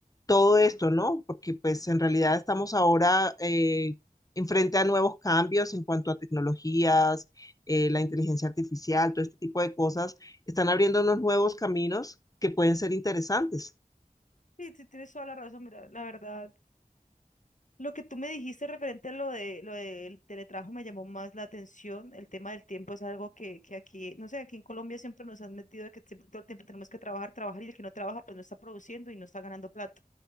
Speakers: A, on the left (about 25°); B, on the left (about 55°).
A: todo esto, ¿no? Porque pues en realidad estamos ahora eh, enfrente a nuevos cambios en cuanto a tecnologías, eh, la inteligencia artificial, todo este tipo de cosas, están abriendo unos nuevos caminos que pueden ser interesantes.
B: Sí, sí, tienes toda la razón, mira, la verdad, lo que tú me dijiste referente a lo de lo del teletrabajo me llamó más la atención, el tema del tiempo es algo que, que aquí, no sé, aquí en Colombia siempre nos han metido de que siempre- todo el tiempo tenemos que trabajar, trabajar y el que no trabaja pues no está produciendo y no está ganando plata.